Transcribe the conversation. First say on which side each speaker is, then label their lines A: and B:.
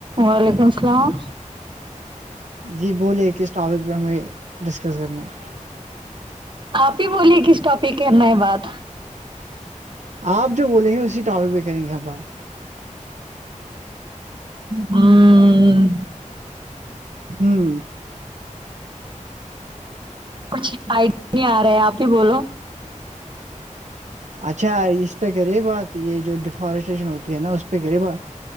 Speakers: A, on the right (about 35°); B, on the right (about 60°).
A: وعلیکم السلام
B: جی بولیں کس ٹاپک پہ ہمیں ڈسکس کرنا ہے
A: آپ ہی بولیں کس ٹاپک پے کرنا ہے بات
B: آپ جو بولیں گے اسی ٹاپک پہ کریں گے ہم بات
A: ہمم
B: ہوں
A: کچھ آئیڈیا نہیں آ رہا آپ ہی بولو
B: اچھا اس پہ کرے بات یہ جو ڈیفارسٹیشن ہوتا نا اس پہ کرے بات